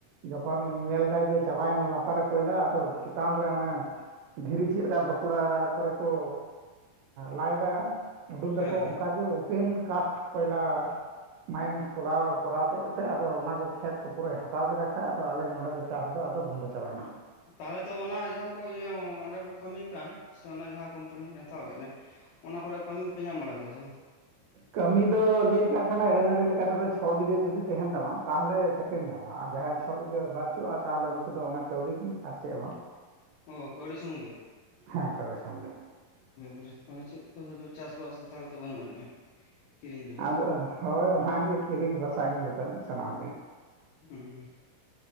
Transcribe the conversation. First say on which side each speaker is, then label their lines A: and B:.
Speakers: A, on the right; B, on the left.
A: ᱡᱚᱠᱷᱚᱱ ᱧᱮᱞ ᱫᱟᱭ ᱡᱮ ᱪᱟᱵᱟᱭᱮᱱᱟ ᱞᱟᱛᱟᱨ ᱨᱮ ᱠᱚᱭᱞᱟ ᱟᱫᱚ ᱪᱮᱛᱟᱱ ᱨᱮ ᱚᱱᱟ ᱫᱷᱤᱨᱤ ᱪᱮᱫ ᱞᱮᱠᱟ ᱵᱟᱸᱠᱩᱲᱟ ᱠᱚᱨᱮ ᱠᱚ ᱞᱟᱭᱮᱫᱟ ᱩᱰᱩᱠ
B: ᱦᱮᱸ
A: ᱫᱟᱠᱚ
B: ᱦᱮᱸ
A: ᱚᱱᱠᱟ ᱜᱮ ᱳᱯᱮᱱ ᱠᱟᱥᱴ ᱠᱚᱭᱞᱟ ᱢᱟᱭᱤᱱᱥ ᱠᱚᱞᱟ ᱠᱚᱨᱟᱣ ᱠᱮᱫ ᱛᱮ ᱟᱫᱚ ᱚᱱᱟ ᱠᱚ ᱠᱷᱮᱛ ᱠᱚ ᱯᱩᱨᱟᱹᱣ ᱦᱟᱛᱟᱣ ᱠᱮᱫᱟ ᱠᱷᱟᱡ ᱟᱫᱚ ᱟᱞᱮ ᱱᱚᱸᱰᱮ ᱫᱚ ᱪᱟᱥ ᱟᱫᱚ-ᱟᱫᱚ ᱵᱚᱱᱫᱚ ᱪᱟᱵᱟᱭᱮᱱᱟ᱾
B: ᱛᱟᱦᱚᱞᱮ ᱫᱚ ᱚᱱᱟ ᱡᱟᱦᱟᱸ ᱠᱚ ᱤᱭᱟᱹ ᱚᱸᱰᱮ ᱠᱚ ᱠᱟᱹᱢᱤ ᱠᱟᱱ ᱥᱮ ᱚᱱᱟ ᱡᱟᱦᱟᱸ ᱠᱳᱢᱯᱟᱱᱤ ᱦᱟᱛᱟᱣ ᱠᱮᱫ ᱱᱮ ᱚᱱᱟ ᱠᱚᱨᱮ ᱠᱟᱹᱢᱤ ᱠᱚᱯᱮ ᱧᱟᱢ ᱵᱟᱲᱟ ᱠᱮᱫᱟ ᱥᱮ ᱵᱟᱝ?
A: ᱠᱟᱹᱢᱤ ᱫᱚ ᱞᱟᱹᱭ ᱠᱟᱜ ᱛᱟᱦᱮᱸᱱᱟᱭ ᱟᱹᱱ ᱟᱹᱨᱤ ᱞᱮᱠᱟ ᱛᱮᱫᱚ ᱪᱷᱚ ᱵᱤᱜᱷᱟᱹ ᱡᱩᱫᱤ ᱛᱟᱦᱮᱸᱱ ᱛᱟᱢᱟ ᱛᱟᱦᱚᱞᱮ ᱠᱟᱹᱢ ᱧᱟᱢᱟ ᱟᱨ ᱡᱟᱦᱟᱸᱭᱟᱜ ᱪᱷᱚ ᱵᱤᱜᱷᱟᱹ ᱵᱟᱪᱩᱜᱼᱟ ᱛᱟᱦᱚᱞᱮ ᱩᱱᱠᱩ ᱫᱚ ᱚᱱᱟ ᱠᱟᱹᱣᱰᱤ ᱜᱮ ᱟᱨ ᱪᱮᱫ ᱦᱚᱸ ᱵᱟᱝ
B: ᱚ ᱠᱟ. ᱣᱰᱤ ᱥᱩᱢᱩᱝ ᱜᱮ᱾
A: ᱦᱮᱸ ᱠᱟᱹᱣᱰᱤ ᱥᱚᱝᱜᱮ
B: ᱚᱨᱮ ᱛᱟᱦᱚᱞᱮ ᱪᱮᱫ ᱠᱚ ᱪᱟᱥᱵᱟᱥ ᱫᱚ ᱛᱟᱦᱚᱞᱮ ᱛᱚ ᱵᱟᱹᱱᱩᱜ ᱟᱹᱱᱤᱡᱼᱟ ᱠᱤᱨᱤᱧ ᱡᱚᱝᱼᱟ
A: ᱟᱫᱚ ᱦᱳᱭ ᱚᱱᱟᱱᱟᱜᱮ ᱠᱤᱨᱤᱧ ᱵᱚᱨᱥᱟ ᱜᱮ ᱱᱤᱛᱚᱜ ᱥᱟᱱᱟᱢ ᱜᱮ
B: ᱦᱩᱸ